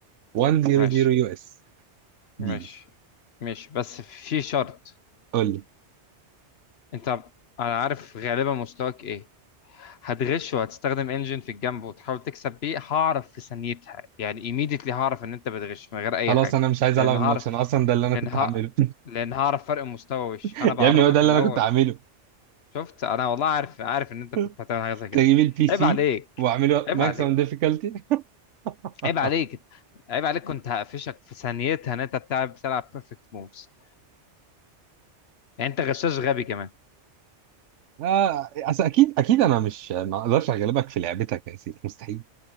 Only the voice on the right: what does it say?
100
يو اس ديز
قول لي
خلاص
انا مش عايز
العب الماتش
انا اصلا ده اللي انا
كنت
هعمله
<laughs>
يا ابني هو ده اللي
انا كنت هعمله
<laughs>
كنت
اجيب البي سي
واعمله
ماكسيمم
ديفيكالتي <laughs>
آه أصل أكيد أكيد أنا مش ما أقدرش أغلبك في لعبتك يا سيف مستحيل